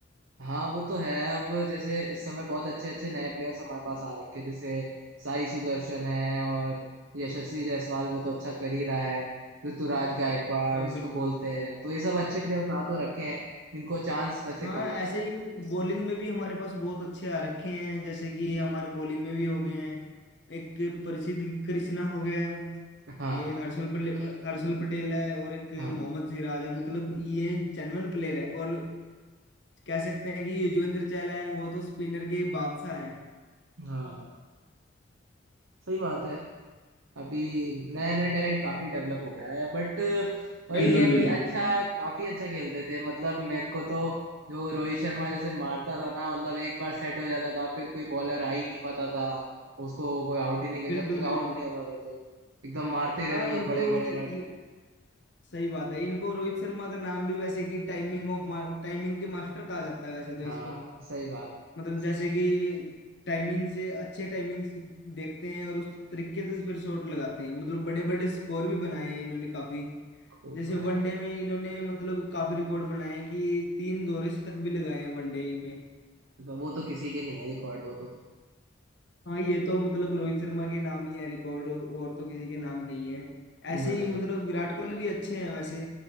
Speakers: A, on the right (about 80°); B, on the left (about 65°).
A: हाँ वो तो है अब जैसे इस समय बहुत अच्छे अच्छे नए प्लेयर्स हमारे पास आ रखे हैं जैसे साई सुदर्शन है और यशस्वी जायसवाल वो तो अच्छा कर ही रहा है ऋतुराज गायकवाड़
B: हाँ
A: उसको
B: बिल्कुल
A: बोलते हैं तो ये सब अच्छे प्लेयर्स आ तो रखे हैं इनको चांस वैसे
B: हाँ
A: कम मिला
B: ऐसे
A: है
B: ही बॉलिंग में भी हमारे पास बहुत अच्छे आ रखे हैं जैसे कि हमारे बॉलिंग में भी हो गए हैं एक प्रसिद्ध कृष्णा हो गया है
A: हाँ
B: ये हर्षल पले- हर्षल पटेल है और एक
A: हाँ
B: मोहम्मद सिराज है मतलब ये जेन्युइन प्लेयर है और कह सकते हैं कि युजवेंद्र चहल है वो तो स्पिनर के बादशाह है
A: हाँ सही बात है अभी नया नया टैलेंट काफी डेवलप हो रहा है बट वही
B: बिल्कुल
A: है
B: बिल्कुल
A: कि अच्छा काफी अच्छा खेलते थे मतलब मेरे को तो जो रोहित शर्मा जैसे मारता था ना मतलब एक बार सेट हो जाता था फिर कोई बॉलर आ ही नहीं पाता था उसको कोई आउट ही नहीं कर
B: बिल्कुल
A: जब तक आउट
B: बिल्कुल
A: नहीं होता था तो एकदम मारते ही
B: हाँ
A: रहता
B: इनको
A: था बड़े
B: ये,
A: बड़े रन
B: ये सही बात है इनको रोहित शर्मा का नाम भी वैसे कि टाइमिंग ऑफ टाइमिंग के मास्टर कहा जाता है वैसे तो
A: हाँ
B: इसको
A: सही बात
B: मतलब जैसे कि टाइमिंग से अच्छे टाइमिंग से देखते हैं और उस तरीके से फिर शॉट लगाते हैं मतलब बड़े बड़े स्कोर भी बनाए हैं इन्होंने काफी
A: खूब
B: जैसे
A: बड़े
B: वनडे
A: बात
B: में इन्होंने मतलब काफी रिकॉर्ड बनाए हैं कि तीन दोहरे शतक भी लगाए हैं वनडे में
A: वो तो किसी के नहीं है रिकॉर्ड वो तो
B: हाँ ये तो मतलब रोहित शर्मा के नाम ही है रिकॉर्ड और तो किसी के नाम नहीं है
A: भाई
B: ऐसे ही मतलब विराट कोहली भी अच्छे हैं वैसे